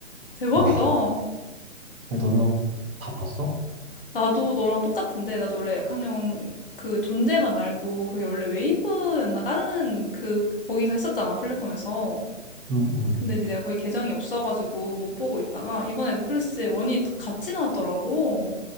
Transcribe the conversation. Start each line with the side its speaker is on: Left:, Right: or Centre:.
Left: 대박이다.
Right: 아,
Left: 어,
Right: 너는 다 봤어?
Left: 나도 너랑 똑같은데. 나도 원래 약한 영웅 그 존재만 알고 그게 원래 웨이브였나? 다른 그, 거기서 했었잖아, 플랫폼에서.
Right: 응, 응,
Left: 근데 이제 내가 거기 계정이 없어가지고 못 보고 있다가 이번에 넷플릭스에 원이 같이 나왔더라고.